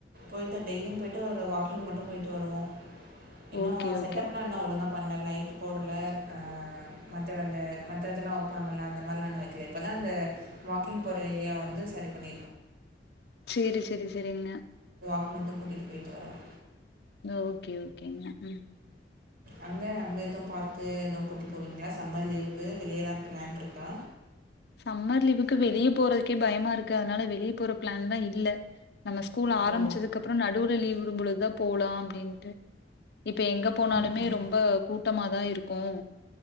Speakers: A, on the right; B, on the left.
A: போயிட்டு டெய்லியு போயிட்டு ஒரு வாக்கிங் மட்டு போயிட்டு வருவோ இன்னு
B: ஓகே
A: செட்டப்லா
B: ஓகே
A: இன்ன ஒழுங்க பண்ண லைட்டு போடல அ மத் மத்த அந்த மத்த இதெல்லா வெப்பாங்கள்ல அந்த மாரிலா இன்னு வெக்கல இப்போதா அந்த வாக்கிங் போகற ஏரியா வந்து சரி பண்ணி
B: சேரி சேரி சேரிங்க
A: மட்டு கூட்டிட்டு போயிட்டு வருவே
B: ஓகே ஓகேங்க ம்
A: அங்க அங்க எதுவு பார்க்கு எதுவு கூட்டி போவீங்களா சம்மர் லீவுக்கு வெளியல்லா பிளான் இருக்கா
B: சம்மர் லீவுக்கு வெளியே போறதுக்கே பயமா இருக்கு அதனால வெளியே போற பிளான்லா இல்ல நம்ம ஸ்கூல் ஆரம்பிச்சதுக்கு
A: ஓ
B: அப்புறோ நடுவுல லீவ் விடும்பொழுதுதா போலா அப்டின்ட்டு இப்ப எங்க போனாலுமே
A: ம்
B: ரொம்ப கூட்டமாதா இருக்கு